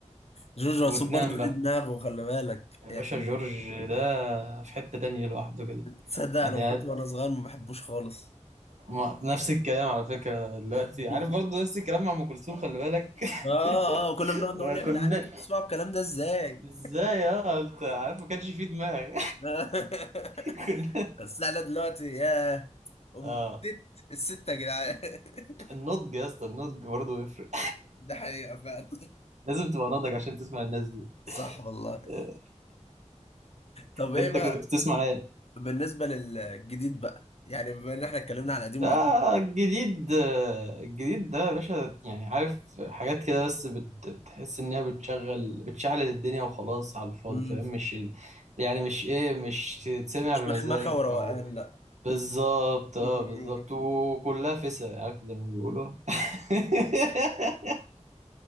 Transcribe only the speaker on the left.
جورج وسوف
برضه
ليه دماغه خلي بالك
يعني
تصدق
انا كنت
وانا صغير ما بحبوش خالص
<laughs>
اه اه كنا بنقعد نقول
يا جدعان انتوا بتسمعوا الكلام ده ازاي
<laughs>
بس احنا دلوقتي يا ام
ست الستة يا جدعان <laughs>
ده حقيقة فعلا
<laughs> صح والله
<laughs> طب ايه
بقى
بالنسبة للجديد بقى يعني بما ان احنا اتكلمنا على قديم
وقديم
امم
مش
مخمخة وروقان
لا
مم.